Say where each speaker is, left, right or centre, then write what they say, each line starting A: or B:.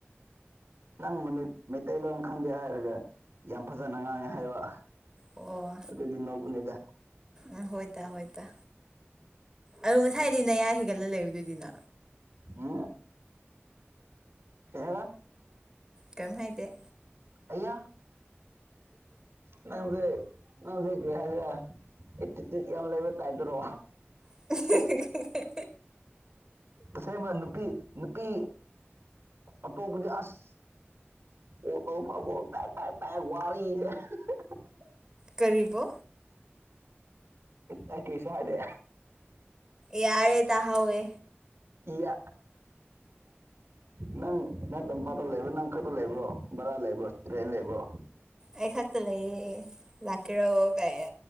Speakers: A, on the right; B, on the right.
A: ꯅꯪ ꯃꯩꯇꯩꯂꯣꯟ ꯈꯪꯗꯦ ꯍꯥꯏꯔꯒ ꯌꯥꯝ ꯐꯖꯅ ꯉꯥꯡꯉꯦ ꯍꯥꯏꯕ
B: ꯑꯣ
A: ꯑꯗꯨꯒꯤ ꯅꯣꯛꯄꯅꯦꯗ
B: ꯎꯝ ꯍꯣꯏ ꯇ ꯍꯣꯏ ꯇ ꯑꯣ ꯉꯁꯥꯏꯗꯤ ꯅꯌꯥꯏ ꯍꯒꯠꯂ ꯂꯩꯕꯗꯨꯣꯏꯗꯤꯅ
A: ꯎꯝ ꯀꯩꯕ
B: ꯀꯩꯝ ꯍꯥꯏꯗꯦ
A: ꯑꯌꯥ ꯅꯪꯁꯦ ꯅꯪꯁꯦ ꯀꯩ ꯍꯥꯏꯁꯤꯒꯦ ꯑꯦꯇꯤꯞꯇ ꯌꯥꯝ ꯂꯩꯕ ꯇꯥꯏꯞꯇꯨꯔꯣ
B: <inaudible>
A: ꯑꯁꯦꯡꯕ ꯅꯨꯄꯤ ꯅꯨꯄꯤ ꯑꯇꯣꯞꯄꯗꯤ ꯑꯁ <inaudible>
B: ꯀꯔꯤꯕꯣ
A: ꯑꯩ ꯀꯩꯁꯨ ꯍꯥꯏꯗꯦ
B: ꯌꯥꯔꯦ ꯇꯥꯍꯧꯋꯦ
A: ꯏꯌꯥ ꯅꯪ ꯅꯪ ꯇꯝꯄꯥꯛꯇ ꯂꯩꯕꯣ ꯅꯪꯈꯛꯇ ꯂꯩꯕꯣ ꯕꯔꯥ ꯂꯩꯕꯣ ꯔꯦꯟ ꯂꯩꯕꯣ
B: ꯑꯩ ꯈꯛꯇ ꯂꯩꯌꯦ ꯂꯥꯛꯀꯦꯔꯣ ꯀꯥꯏꯅ